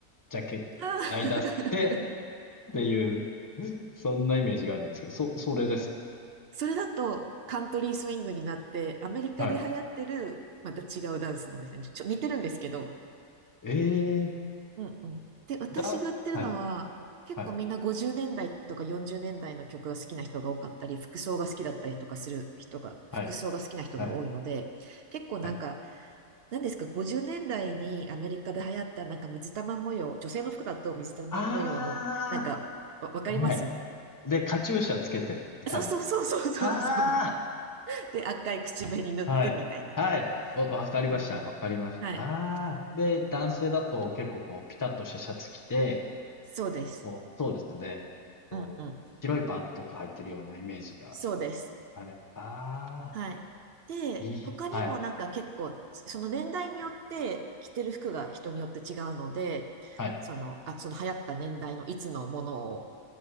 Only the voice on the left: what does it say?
ジャケット、
ライダース着て、
ていう、そんなイメージがあるんですけど、そ、それです
か。はい。
ええ
だ、はい、
はい、
はい、
はい、
はい。
あ
あ、はい。で、カチューシャつけて、みたいな。
あ
あ、はい、はい。おわかりました。
わかりました。
ああ。で、男性だと結構こう、ピタッとしたシャツ着て、
こう、そうですよね。こう、
白いパンツとか履いてるようなイメージが
あれ。ああ、
いい。
はい、
はい、